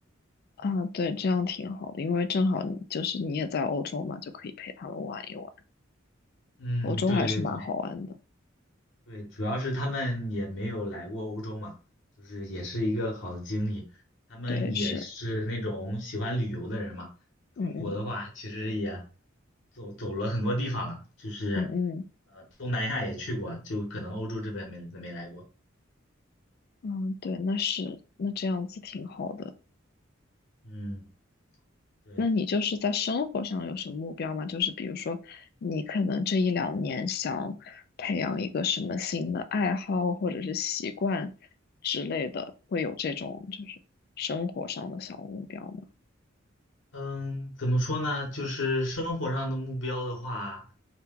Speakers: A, on the left; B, on the left.
A: 啊，对，这样挺好的，因为正好你就是你也在欧洲嘛，就可以陪他们玩一玩，
B: 嗯，
A: 欧洲还是蛮好玩的。
B: 对对对，对，主要是他们也没有来过欧洲嘛，就是也是一个好的经历。他们也是那种喜欢旅游的人嘛。
A: 对，是。
B: 中国的话，
A: 嗯嗯
B: 其实也走走了很多地方了，就是
A: 嗯嗯
B: 呃东南亚也去过，就可能欧洲这边没没来过。
A: 嗯，对，那是那这样子挺好的。
B: 嗯，对。
A: 那你就是在生活上有什么目标吗？就是比如说，你可能这一两年想培养一个什么新的爱好或者是习惯之类的，会有这种就是生活上的小目标吗？
B: 嗯，怎么说呢？就是生活上的目标的话，